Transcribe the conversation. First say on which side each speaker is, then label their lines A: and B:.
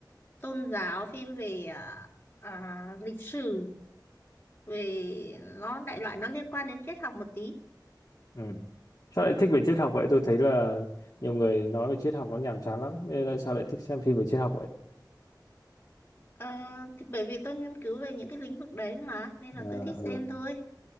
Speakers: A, on the left; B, on the left.
A: tôn giáo phim về à, à, lịch sử về nó đại loại nó liên quan đến triết học một tí
B: ừ. Sao lại thích về triết học vậy? Tôi thấy là nhiều người nói về triết học nó nhàm chán lắm. Nên là sao lại thích xem phim về triết học vậy?
A: Ờ, thì bởi vì tôi nghiên cứu về những cái lĩnh vực đấy mà nên là
B: À,
A: tôi thích
B: ừ.
A: xem thôi